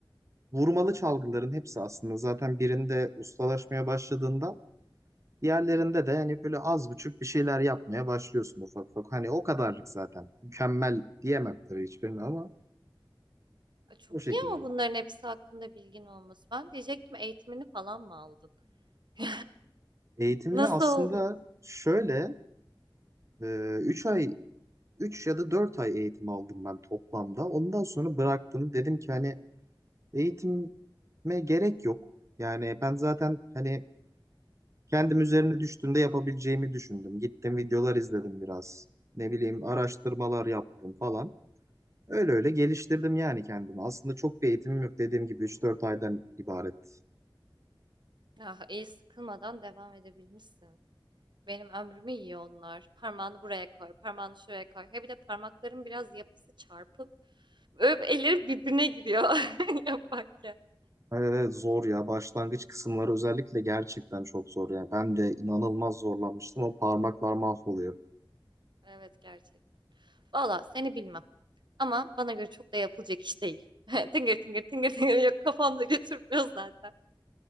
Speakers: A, on the right; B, on the right.
A: vurmalı çalgıların hepsi aslında zaten birinde ustalaşmaya başladığında diğerlerinde
B: Hı hı.
A: de hani böyle az buçuk bir şeyler yapmaya başlıyorsun ufak ufak. Hani o kadarlık zaten. Mükemmel diyemem tabii hiçbirini ama
B: Ay, Çok
A: o şekilde.
B: iyi ama bunların hepsi hakkında bilgin olması. Ben diyecektim eğitimini falan mı aldın? <laughs>
A: Eğitimini
B: Nasıl
A: aslında
B: oldu?
A: şöyle e, 3 ay 3 ya da 4 ay eğitim aldım ben toplamda. Ondan sonra bıraktım. Dedim ki hani eğitime gerek yok. Yani ben zaten hani kendim üzerine düştüğümde yapabileceğimi düşündüm. Gittim videolar izledim biraz. Ne bileyim araştırmalar yaptım falan. Öyle öyle geliştirdim yani kendimi. Aslında çok bir eğitimim yok dediğim gibi üç dört aydan ibaret.
B: Ah, iyi sıkılmadan devam edebilmişsin. Benim ömrümü yiyor onlar. Parmağını buraya koy, parmağını şuraya koy. He bir de parmakların biraz yapısı çarpık. Böyle elleri birbirine giriyor <laughs> yaparken.
A: Öyle de zor ya. Başlangıç kısımları özellikle gerçekten çok zor yani. Ben de inanılmaz zorlanmıştım. O parmaklar mahvoluyor.
B: Evet gerçek. Valla seni bilmem. Ama bana göre çok da yapılacak iş değil. <laughs> Tıngır tıngır tıngır tıngır yok kafamda götürmüyor zaten.